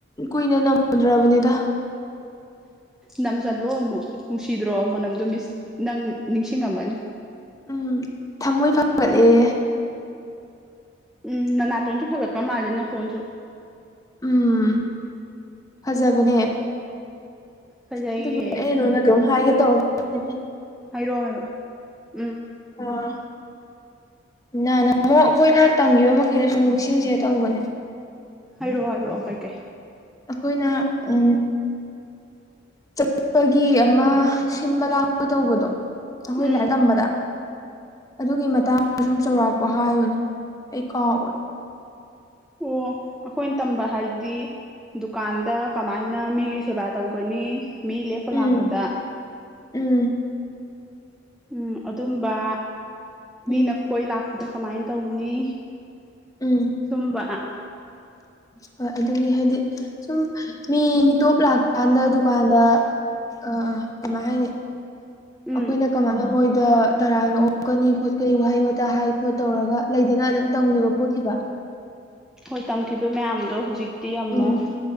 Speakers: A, on the left (about 20°); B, in the centre.
A: ꯀꯨꯏꯅ ꯅꯝꯃꯨꯗ꯭ꯔꯕꯅꯤꯗ
B: ꯅꯝꯁꯜꯂꯣ ꯑꯃꯨꯛ ꯅꯨꯡꯁꯤꯗ꯭ꯔꯣ ꯃꯅꯝꯗꯣ ꯃꯤꯁ ꯅꯪ ꯅꯤꯡꯁꯤꯡꯉꯝꯃꯅꯤ
A: ꯎꯝ ꯊꯃꯣꯏ ꯐꯒꯠꯂꯦꯌꯦ
B: ꯎꯝ ꯅꯅꯥꯇꯣꯟꯁꯨ ꯐꯒꯠꯄ ꯃꯥꯜꯂꯤ ꯅꯈꯣꯟꯁꯨ
A: ꯎꯝ ꯐꯖꯕꯅꯦ
B: ꯐꯖꯩꯌꯦ
A: ꯑꯗꯨꯕꯨꯔꯣ ꯑꯩꯅ ꯅꯉꯣꯟꯗ ꯀꯩꯅꯣꯝ ꯍꯥꯏꯒꯦ ꯇꯧꯔꯝꯕꯅꯤꯅꯦ
B: ꯍꯥꯏꯔꯣ ꯍꯥꯏꯔꯣ ꯎꯝ
A: ꯑꯣ ꯅꯍꯥꯟꯃꯨꯛ ꯑꯩꯈꯣꯏꯅ ꯇꯝꯒꯤꯕ ꯃꯈꯩꯗꯣ ꯁꯨꯝ ꯅꯤꯡꯁꯤꯡꯁꯦ ꯇꯧꯕꯅꯦ
B: ꯍꯥꯏꯔꯛꯑꯣ ꯍꯥꯏꯔꯛꯑꯣ ꯀꯩ ꯀꯩ
A: ꯑꯩꯈꯣꯏꯅ ꯎꯝ ꯆꯠꯄꯒꯤ ꯑꯃ ꯁꯤꯟꯕ ꯂꯥꯡꯕ ꯇꯧꯕꯗꯣ ꯑꯩꯈꯣꯏ
B: ꯎꯝ
A: ꯂꯥꯏꯔꯤꯛ ꯇꯝꯕꯗ ꯑꯗꯨꯒꯤ ꯃꯇꯥꯡꯗ ꯁꯨꯝ ꯆꯥꯎꯔꯥꯛꯄ ꯍꯥꯏꯌꯣꯅꯦ ꯑꯩ ꯀꯥꯎꯒꯔꯦ
B: ꯑꯣ ꯑꯈꯣꯏꯅ ꯇꯝꯕ ꯍꯥꯏꯗꯤ ꯗꯨꯀꯥꯟꯗ ꯀꯃꯥꯏꯅ ꯃꯤꯒꯤ ꯁꯦꯕꯥ ꯇꯧꯒꯅꯤ ꯃꯤ ꯂꯦꯛꯄ ꯂꯥꯛꯄꯗ
A: ꯎꯝ ꯎꯝ
B: ꯎꯝ ꯑꯗꯨꯝꯕ ꯃꯤꯅ
A: ꯎꯝ
B: ꯀꯣꯏ ꯂꯥꯛꯄꯗ ꯀꯃꯥꯏ ꯇꯧꯅꯤ
A: ꯎꯝ
B: ꯁꯨꯝꯕ
A: ꯍꯣꯏ ꯑꯗꯨꯒꯤ ꯍꯥꯏꯗꯤ ꯁꯨꯝ ꯃꯤ ꯃꯤꯇꯣꯞ ꯂꯥꯛꯀꯥꯟꯗ ꯗꯨꯀꯥꯟꯗ ꯑ ꯀꯃꯥꯏ ꯍꯥꯏꯅꯤ
B: ꯎꯝ
A: ꯑꯈꯣꯏꯅ ꯀꯃꯥꯏꯅ ꯃꯣꯏꯗ ꯇꯔꯥꯝꯅ ꯑꯣꯛꯀꯅꯤ ꯈꯣꯠꯀꯅꯤ ꯋꯥꯍꯩ ꯋꯇꯥ ꯍꯥꯏ ꯈꯣꯠ ꯇꯧꯔꯒ ꯂꯩꯗꯅ ꯑꯗꯨꯝ ꯇꯝꯒꯤꯕ ꯈꯣꯠꯈꯤꯕ
B: ꯍꯣꯏ ꯇꯝꯈꯤꯕ ꯃꯌꯥꯝꯗꯣ ꯍꯧꯖꯤꯛꯇꯤ ꯑꯃꯨꯛ
A: ꯎꯝ